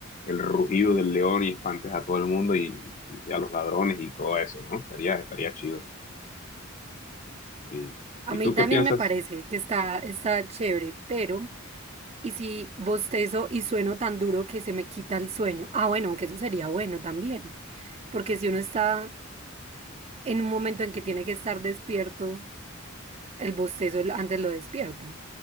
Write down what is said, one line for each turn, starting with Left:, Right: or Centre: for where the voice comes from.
Left: el rugido del león y espantes a todo el mundo y, y a los ladrones y todo eso, ¿no? Estaría, estaría chido. Sí.
Right: A
Left: ¿Y
Right: mí
Left: tú
Right: también
Left: qué piensas?
Right: me parece que está, está chévere, pero ¿y si bostezo y sueno tan duro que se me quita el sueño? Ah, bueno, aunque eso sería bueno también, porque si uno está en un momento en que tiene que estar despierto, El bostezo antes lo despierta.